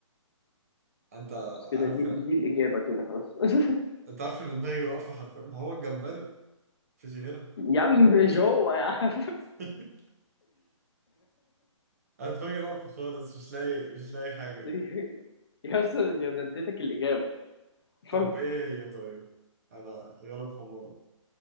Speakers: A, on the right; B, on the left.
A: <laughs> انت
B: بس كده
A: عارف
B: دي دي الاجابه كده خلاص <laughs>
A: انت عارف ان دماغي واقفه حرفيا ما هو الجمبري مفيش غيرها
B: يا عم مش هو يا عم
A: <laughs> انا دماغي واقفه خالص مش لاقي مش لاقي حاجه
B: <laughs> يا اسطى انا اديتك الاجابه
A: طب
B: فك
A: ايه هي طيب انا غلب حماري